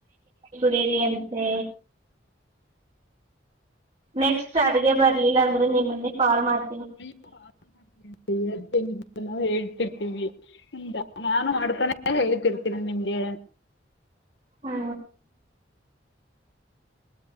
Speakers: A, on the right; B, on the left.
A: <inaudible> ಬೇರೆ ಅಂತೆ ನೆಕ್ಸ್ಟ್ ಅಡ್ಗೆ ಬರ್ಲಿಲ್ಲ ಅಂದ್ರೆ ನಿಮ್ಮುನ್ನೆ ಕಾಲ್ ಮಾಡ್
B: ಅಯ್ಯೋ <unintelligible> ನ ಹೇಳ್ <inaudible> ಇರ್ತೀವಿ ಅಂದ ನಾನು ಮಾಡ್ತಾನೆ ಹೇಳ್ತಿರ್ <unintelligible> ತಿರ ನಿಮ್ಗೆ
A: ಹಾ